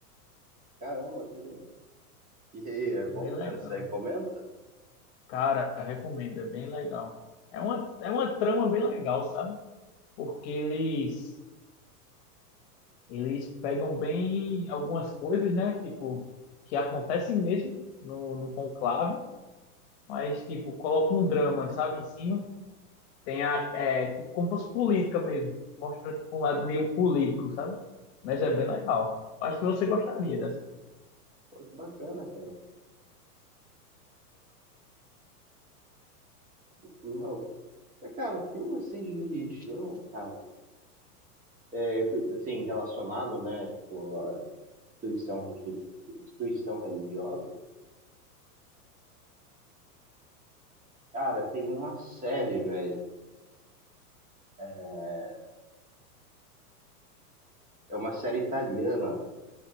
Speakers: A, on the right; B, on the left.
A: Caramba, que legal. E aí, é bom,
B: Bem legal.
A: cara? Você recomenda?
B: Cara, recomendo, é bem legal. É uma, é uma trama bem legal, sabe? Porque eles eles pegam bem algumas coisas, né? Tipo, que acontecem mesmo no, no conclave, mas tipo, colocam um drama, sabe, em cima Tem a, é, tipo, como fosse política mesmo. Mostra tipo, um lado meio político, sabe? Mas é bem legal. Acho que você gostaria dessa.
A: Pô, que bacana, cara. Não. É, cara, filme assim de religião, cara. É, assim, relacionado, né? Tipo, a instituição, religi- instituição religiosa. Cara, tem uma série, velho. É é uma série italiana.